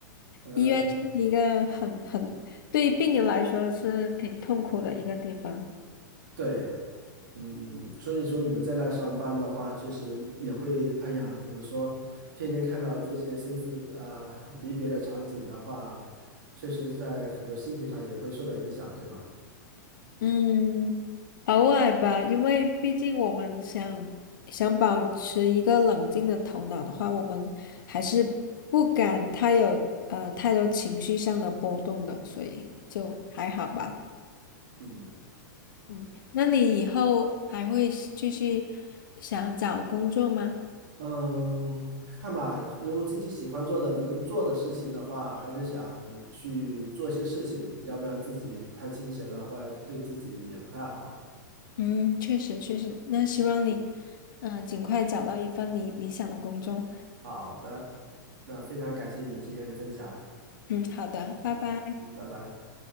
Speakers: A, on the right (about 70°); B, on the left (about 75°).
A: 嗯，
B: 医院是一个很很，对于病人来说是挺痛苦的一个地方。
A: 对，嗯，所以说你们在那上班的话，确实也会，哎呀，怎么说，天天看到这些生死呃离别的场景的话，确实在很多心情上也会受到影响，对吗？
B: 嗯，偶尔吧，因为毕竟我们想想保持一个冷静的头脑的话，我们还是不敢太有呃太多情绪上的波动的，所以就还好吧。
A: 嗯
B: 嗯，那你以后还会继续想找工作吗？
A: 嗯，看吧，有自己喜欢做的、能做的事情的话，还是想去做些事情，要不然自己太清闲了，或者对自己也不太好。
B: 嗯，确实确实，那希望你，
A: 嗯，
B: 嗯、尽快找到一份你理想的工作。
A: 好的，那非常感谢你今天的分享。
B: 嗯，好的，
A: 嗯嗯，
B: 拜拜。
A: 拜拜。